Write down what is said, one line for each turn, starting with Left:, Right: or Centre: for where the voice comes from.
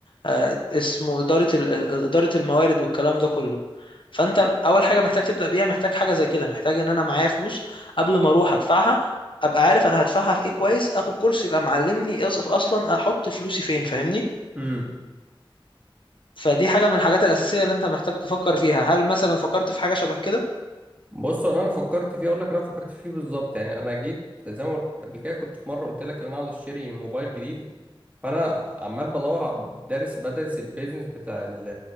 Left: آه، اسمه إدارة ال- ال- إدارة الموارد والكلام ده كله فأنت أول حاجة محتاج تبدأ بيها محتاج حاجة زي كده محتاج إن أنا معايا فلوس قبل ما أروح أدفعها أبقى عارف أنا هدفعها في إيه كويس آخد كورس يبقى معلمني إيه أص- أصلا أحط فلوسي فين فاهمني
Right: امم
Left: فدي حاجة من الحاجات الأساسية اللي أنت محتاج تفكر فيها هل مثلا فكرت في حاجة شبه كده؟
Right: بص اللي انا فكرت فيه اقول لك انا فكرت فيه بالظبط يعني انا جيت زي ما قلت قبل كده كنت في مره قلت لك ان انا عاوز اشتري موبايل جديد فانا عمال بدور ع- دارس بدرس البيزنس بتاع ال